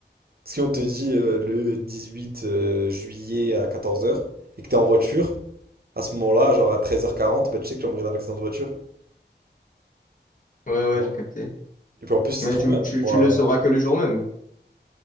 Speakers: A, on the right; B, on the left.
A: Si on te dit euh, le 18 euh, juillet à 14h et que t'es en voiture, à ce moment-là, genre à 13h40, bah, tu sais que tu vas mourir d'un accident de voiture.
B: Ouais,
A: Tu
B: ouais,
A: vois.
B: j'ai capté.
A: Et puis en plus, c'est
B: Mais
A: trop
B: tu,
A: bien, tu
B: tu,
A: pourras...
B: tu le sauras que le jour même.